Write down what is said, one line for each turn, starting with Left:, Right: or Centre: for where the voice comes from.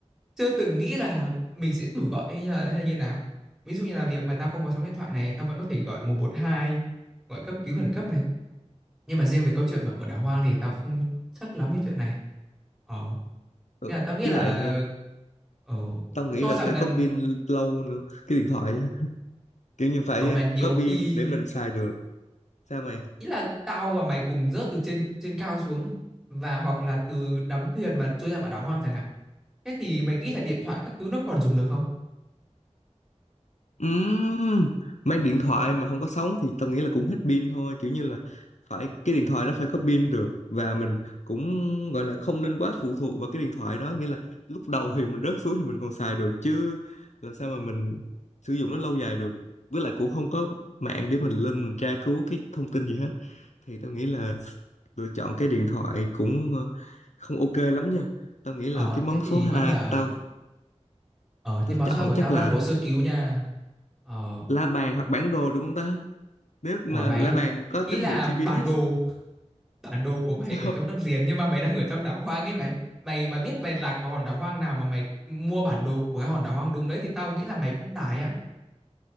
Centre: chưa từng nghĩ là mình sẽ thử gọi hay là hay như nào. Ví dụ như là việc mà tao không có sóng điện thoại này, tao vẫn có thể gọi một một hai gọi cấp cứu khẩn cấp này. Nhưng mà riêng về câu chuyện mà ở đảo hoang thì tao không chắc lắm về chuyện này. Ờ,
Left: ừ.
Centre: nên là tao nghĩ
Left: với
Centre: là
Left: lại
Centre: ờ,
Left: Tao nghĩ
Centre: cứ cho
Left: là
Centre: rằng
Left: phải
Centre: là
Left: có pin lâu nữa cái điện thoại á. kiểu như phải
Centre: ở mà
Left: ờ,
Centre: nhiều
Left: có pin
Centre: khi
Left: để mình xài được sao mày
Centre: ý là tao và mày cùng rớt từ trên trên cao xuống và hoặc là từ đắm thuyền mà trôi ra vào đảo hoang chẳng hạn thế thì mày nghĩ là điện thoại các thứ nó còn dùng được không
Left: Ừm, mang điện thoại mà không có sóng thì tao nghĩ là cũng hết pin thôi kiểu như là phải cái điện thoại nó phải có pin được và mình cũng gọi là không nên quá phụ thuộc vào cái điện thoại đó nghĩa là lúc đầu thì mình rớt xuống thì mình còn xài được chứ làm sao mà mình sử dụng nó lâu dài được với lại cũng không có mạng để mình lên mình tra cứu cái thông tin gì hết thì tao nghĩ là lựa chọn cái điện thoại cũng ờ, không ok lắm nha tao nghĩ là
Centre: ờ
Left: cái món
Centre: thế thì
Left: số 2
Centre: vẫn là
Left: tao
Centre: ờ
Left: tao
Centre: thế món
Left: chọn
Centre: xoay của
Left: chắc
Centre: tao vẫn
Left: là
Centre: là bộ sơ cứu nha ờ
Left: la bàn hoặc bản đồ đúng không ta nếu mà
Centre: của mày
Left: la bàn có
Centre: ý
Left: tín
Centre: là
Left: hiệu GPS
Centre: bản đồ bản đồ của mày
Left: không?
Centre: ở trong đất liền nhưng mà mày đang ở trong đảo hoang ấy mày mày mà biết mày lạc vào hòn đảo hoang nào mà mày mua bản đồ của cái hòn đảo hoang đúng đấy thì tao nghĩ là mày cũng tài á